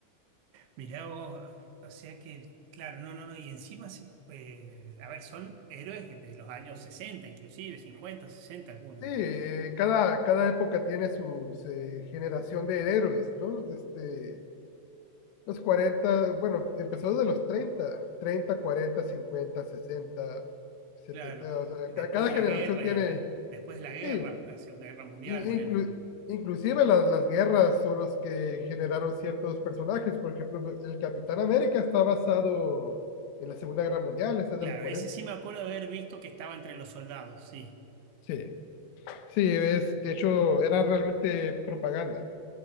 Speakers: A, on the right; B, on the left.
A: Mirá vos, o sea que, claro, no, no, no, y encima, se- eh, a ver, son héroes de los años 60 inclusive, 50, 60 algunos,
B: Sí, eh, cada, cada época tiene su generación de héroes, ¿no? Este, los cuarenta bueno, empezó desde los treinta treinta cuarenta cincuenta sesenta setenta
A: claro,
B: o sea,
A: y después
B: ca- cada
A: de
B: generación
A: la guerra,
B: tiene,
A: eh, después de la guerra,
B: sí,
A: la Segunda Guerra Mundial,
B: in- inclu-
A: ponele.
B: inclusive las, las guerras son los que generaron ciertos personajes, por ejemplo, el Capitán América está basado en la Segunda Guerra Mundial, ese es
A: Claro,
B: de los cuarenta
A: ese sí me acuerdo de haber visto que estaba entre los soldados, sí,
B: Sí, Sí, es, de hecho, era realmente propaganda,